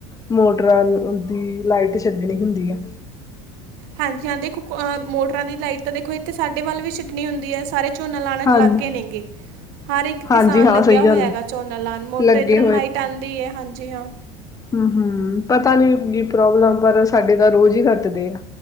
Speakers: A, on the left; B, on the right.
A: ਮੋਟਰਾਂ ਦੀ ਲਾਈਟ ਛੱਡਣੀ ਹੁੰਦੀਂ ਆ।
B: ਹਾਂਜੀ ਹਾਂ ਦੇਖੋਂ ਮੋਟਰਾਂ ਦੀ ਲਾਈਟ ਤਾਂ ਦੇਖੋਂ। ਤੇ ਸਾਡੇ ਵੱਲ਼ ਵੀ ਛੱਡਣੀ ਹੁੰਦੀਂ ਹੈਂ ਸਾਰੇ ਝੋਨਾਂ ਲਾਉਂਣ
A: ਹਾਂਜੀ
B: ਲੱਗ ਨੇਂ ਗੇ। ਹਰ ਇੱਕ
A: ਹਾਂਜੀ
B: ਕਿਸਾਨ
A: ਹਾਂ
B: ਲੱਗਿਆਂ
A: ਸਹੀ
B: ਹੋਇਆਂ
A: ਗੱਲ ਹੈ
B: ਹੈਗਾ ਝੋਨਾਂ ਲਾਣ ਮੋਟਰ
A: ਲੱਗੇ
B: ਇੱਧਰ ਲਾਈਟ ਆਂਦੀ ਏਂ ਹਾਂਜੀ ਹਾਂ।
A: ਹਾਂ-ਹਾਂ ਪਤਾਂ ਨੀਂ ਕੀ ਪ੍ਰੋਬਲਮ ਆ ਸਾਡੇ ਤਾਂ ਰੋਜ਼ ਹੀ ਕੱਟਦੇ ਆ